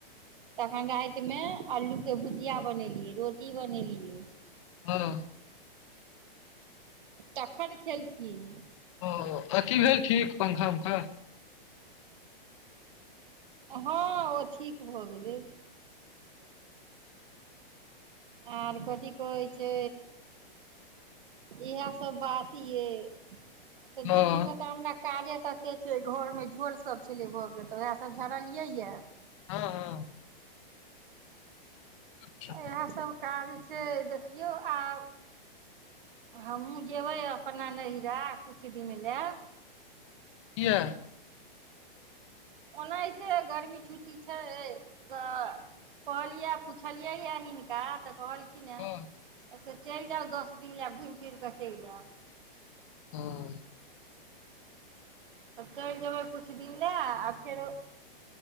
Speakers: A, on the right; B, on the left.
A: तखन रातिमे अलूके भुजिया बनेलियै रोटी बनेलियै
B: हँ
A: तखन खेलखिन
B: ओ अथी भेल ठीक पंखा उंखा
A: हँ ओ ठीक भऽ गेलै आर कथि कहै छै इहाएसभ बात यइ तऽ
B: हँ
A: दू दिनसँ त हमरा काजे तते छै घरमे झोल सब छलै भऽ गेल तऽ वहाए सब झड़लियै या
B: हँ हँ अच्छा,
A: इहाए सब काज छै देखियौ आओर हमहूँ जेबै अपना नैहिरा कछु दिन लाए
B: कियाऽ
A: ओनाहिते गर्मी छुट्टी छै तऽ कहलियै पुछलियै या हिनका तऽ कहलखिंन या
B: हँ
A: ए से चलि जाउ दस दिन लाए घूमि फिर कऽ चलि आयब
B: हूँ
A: तऽ चलि जेयबै कछु दिन लाए आ फेरो